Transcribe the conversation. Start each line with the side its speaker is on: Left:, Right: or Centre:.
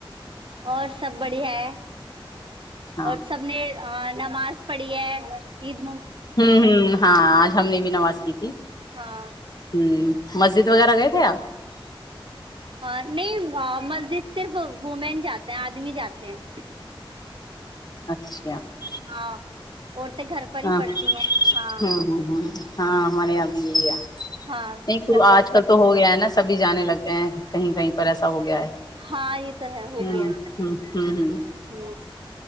Right: <unintelligible> اور سب بڑھیا ہے
Left: ہاں
Right: اور سب نے آ نماز پڑے <unintelligible>
Left: ہوں ہ ہاں آج ہم نے بھی نماز کی تھی
Right: ہاں
Left: ہ مسجد وغیرہ گئے تھے آپ <unintelligible>
Right: ہاں نہیں مسجد صرف وومین جاتے ہیں آدمی جاتے ہیں <unintelligible>
Left: اچھا <unintelligible>
Right: ہاں <unintelligible> پر ہی
Left: ہاں
Right: پڑتی ہیں ہاں
Left: ہ ہ ہ ہاں ہمارے یہاں یہی ہے
Right: ہاں
Left: نہیں تو
Right: گھر پر
Left: آج
Right: ہی
Left: کل
Right: پڑتی
Left: تو ہو گیا ہے نا سب بھی جانے لگ گئے ہیں کہیں کہیں پر ایسا ہو گیا ہے <unintelligible>
Right: ہاں یہ تو ہے ہو
Left: ہوں
Right: گیا
Left: ہوں ہوں ہوں
Right: ہ